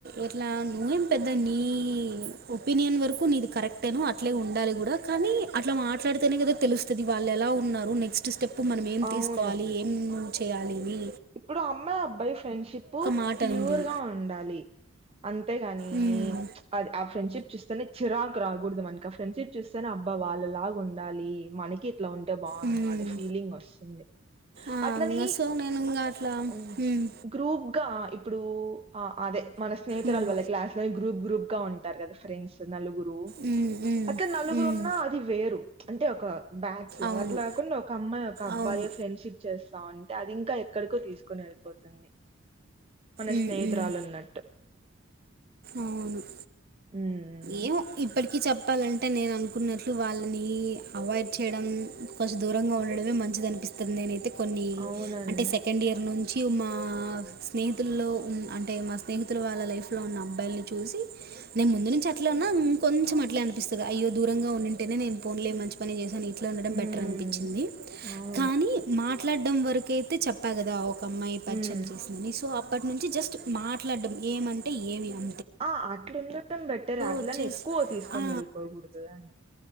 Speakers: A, on the right; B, on the right.
A: ఇట్లా నువ్వేం పెద్ద నీ ఒపీనియన్ వరకు నీది కరెక్టేనో అట్లే ఉండాలి గూడా కానీ అట్లా మాట్లాడితేనే కదా తెలుస్తది వాళ్ళు ఎలా ఉన్నారు నెక్స్ట్ స్టెప్ మనం ఏం
B: అవును.
A: తీసుకోవాలి ఏం చేయాలి ఇవి
B: ఇప్పుడు అమ్మాయి అబ్బాయి ఫ్రెండ్షిప్
A: మాట
B: ప్యూర్
A: అనింది
B: గా ఉండాలి అం తే గాని
A: ఉమ్,
B: అది ఆ ఫ్రెండ్షిప్ చూస్తేనే చిరా రాకూడదు మనకి ఆ ఫ్రెండ్షిప్ చూస్తేనే అబ్బా వాళ్ళలాగా ఉండాలి మనకి అట్లా ఉంటే బాగున్ను
A: ఉమ్,
B: అనే ఫీలింగ్ వస్తుంది
A: ఆ,
B: అట్లని
A: ఇంగ సో నేను ఇంకా అట్లా
B: ఊ
A: ఉమ్,
B: గ్రూప్ గా ఇప్పుడు ఆ అదే మన స్నేహితురాల
A: ఉమ్,
B: వల్ల క్లాస్ లో గ్రూప్ గ్రూప్ గా ఉంటారు గదా ఫ్రెండ్స్ నలుగురు
A: ఉమ్, ఉమ్,
B: అట్లా నలుగురు
A: ఉమ్,
B: ఉన్నా అది వేరు అంటే ఒక బ్యాచ్ లా
A: అవును
B: అట్లా కాకుండా ఒక అమ్మాయి ఒక అబ్బాయి
A: అవును
B: ఫ్రెండ్షిప్ చేస్తా అంటే అది ఇంకా ఏక్కడికో తీసుకుని వెళ్ళిపోతుంది మన
A: ఉమ్,
B: స్నేహితురాలు
A: ఉమ్,
B: ఉన్నట్టు ఉమ్మ్
A: అవును ఏమో ఇప్పటికీ చెప్పాలంటే నేను అనుకున్నట్లు వాళ్ళని అవాయిడ్ చేయడం కొంచెం దూరంగా ఉండడమే మంచిది అనిపిం స్తుంది నేనైతే కొన్ని
B: అవునండి
A: అంటే సెకండ్ ఇయర్ నుంచి మా స్నేహితుల్లో ఉ అంటే మా స్నేహితులు వాళ్ళ లైఫ్ లో ఉన్నా మల్ చూసి నేను ముందు నుంచి అట్లా ఉన్నా అట్లే అనిపిస్తుంది అయ్యో దూరంగా ఉంటేనే నేను పో లే మంచి పని చేసాను ఉండడం
B: ఉమ్,
A: బెటర్ అనిపించింది
B: అవును
A: కానీ మాట్లాడం వరకు అయితే చెప్పా గదా ఒక అమ్మాయి పరిచయం
B: ఉమ్.
A: చేసింది సో అప్పటి నుంచి జస్ట్ మాట్లాడం ఏమంటే ఏమి అ
B: ఆ అట్లు ఉండటం బెటర్ అట్లని
A: వచ్చేసి
B: ఎక్కువ తీసుకొని
A: ఆ
B: వెళ్ళిపోకూడదు అని